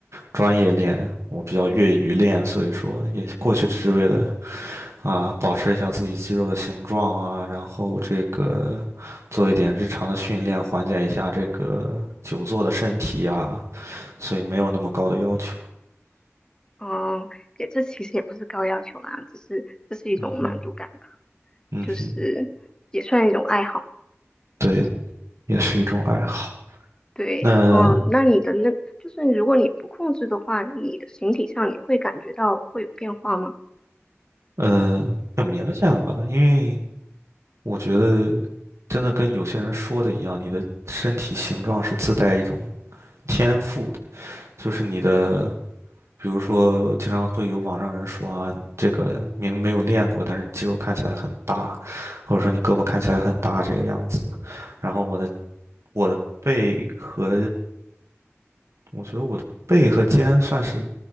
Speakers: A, on the right; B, on the left.
A: 专业练，我比较业余练，所以说也过去只是为了啊，保持一下自己肌肉的形状啊，然后这个做一点日常的训练，缓解一下这个久坐的身体呀，所以没有那么高的要求。
B: 嗯，也这其实也不是高要求啦，只是这是一种满足感吧，
A: 嗯哼，嗯哼，
B: 就是也算一种爱好。
A: 对，也是一种爱好。
B: 对，
A: 那
B: 嗯，那你的那就是如果你不控制的话，你的形体上也会感觉到会有变化吗？
A: 呃，挺明显的吧，因为我觉得真的跟有些人说的一样，你的身体形状是自带一种天赋的，就是你的。比如说，经常会有网上人说啊，你这个明明没有练过，但是你肌肉看起来很大，或者说你胳膊看起来很大这个样子。然后我的我的背和我觉得我的背和肩算是